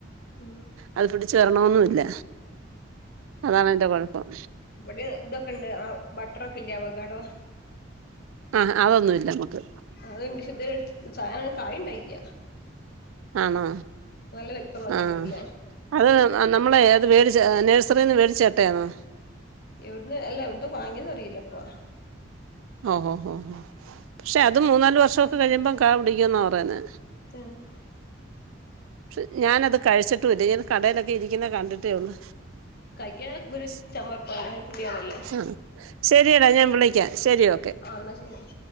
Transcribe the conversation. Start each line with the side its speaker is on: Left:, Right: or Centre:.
Left: ഉം
Right: അത് പിടച്ച വരണന്നുംല്ല അതാണ് അതിന്റെ കുഴപ്പം
Left: ഇവിടെ ഇതൊക്കെ ഇണ്ട് ആ ബട്ടറൊക്കെ ഇല്ല അവകാടോ.
Right: ആ അതൊന്നുഇല്ല നമുക്ക്
Left: അത്ണ്ട് ശ്ണ്ട് ചായ് കായിണ്ടായില്ല.
Right: ആണോ
Left: നല്ല വലപ്പമാക്കേണ്ടിരൂല്ലേ.
Right: ആ അത് നമ്മളെ അത് മേടിച്ച നേഴ്റിൽ നിന്ന് മേടിച്ചേട്ടയാണോ?
Left: എവിടന്ന് അല്ല എവിടന്ന് വാങ്ങിയന്ന് അറിയില്ല ഇപ്പാ
Right: ഓഹ് ഓഹ് ഓഹ് പക്ഷെ അത് മൂന്നാല് വർഷമൊക്കെ കഴിയുമ്പം കാ പിടിക്കുവന്നാണ് പറയെ
Left: ത്തേഹ്
Right: പക്ഷ ഞാനത് കഴിച്ചിട്ടും ഇല്ല കടയിലൊക്കെ ഇരിക്കുന്നേ കണ്ടിട്ടേള്ളു
Left: കഴിക്കാൻ ഒരു
Right: ശ്ഹ്
Left: ചമർപ്പാണ് ഒരു പുളിയാണല്ലോ
Right: ശ്ഹ് ശരിയടാ ഞാൻ വിളിക്കാം ശരി ഓക്കെ
Left: അന്നശരി